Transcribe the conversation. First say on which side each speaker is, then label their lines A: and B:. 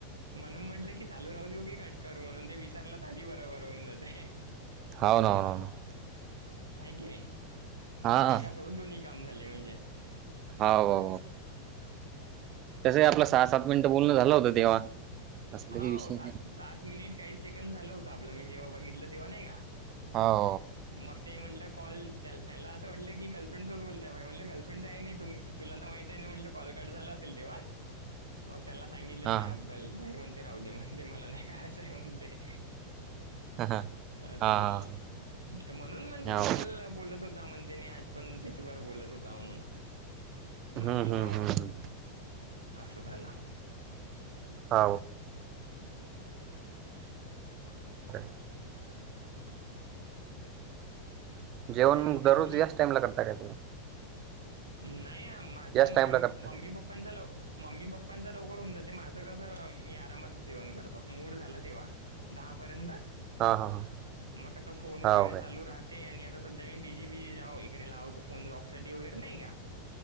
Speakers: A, on the right; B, on the right.
A: <inaudible> म्हणून म्हटलं की चालू राहू देऊ की कट करू म्हणून ते विसरले तर आधी बरोबर होऊनं जाते.
B: हाव ना हो ना न
A: आहे की नाही
B: हा हाव
A: एकासोबत दोन्ही काम झाले म्हणजे
B: हो हो तसं आपला सहा सात मिनटं बोलणं झालं होतं तेव्हा असं
A: हो
B: काही विषय
A: सात
B: नाही
A: सात मिनिट काही सेकंड झालं होत आपलं मी जेव्हा बघितलं तेव्हा नाही का?
B: हो
A: मग ते म्हटलं कॉल त्यांना असं वाटलं की गर्लफ्रेंडसोबत बोलताय म्हटलं गर्लफ्रेड आहे नाही तु तुला तर माहिती आहे ना म्हटलं कॉल कट झाला असेल तेव्हा मग त्याला सांगितलं
B: हा
A: त्या
B: हा
A: ॲपबद्दल ते म्हणते राहू दे म्हणते मला नाही करायचं आहे म्हणतंय.
B: हा हा
A: असं झाला
B: हा
A: म्हणून म्हणते
B: हाव
A: तू काल बोलत होत हो म्हण त्यांनी आज पण त्याचबर बोलत होता म्हणून,
B: हम्म
A: म्हंटलं
B: हम्म
A: हो.
B: हम्म हम्म
A: असं झालं.
B: हा
A: <unintelligible>
B: <unintelligible> जेवण
A: काय म्हणते
B: मग दररोज
A: आणखी
B: याच टाइमला करता काय तुम्हीं?
A: नाही माझा ममी
B: टाइमला करता
A: मम्मी
B: काय
A: पप्पांचा लव मम्मी पप्पांचा लवकर होऊन जाते माझं कसं मी आरामात जेवण करतो मूड झालं तेव्हा दहा पर्यंत
B: हा हा हा
A: मग कसा फोन वगैरे
B: हाव काय
A: चालू राहत ते आणि आता सध्या मी बिझी बिझी जा इकडे लाव तो फोन जॉब साठी वगैरे नाही का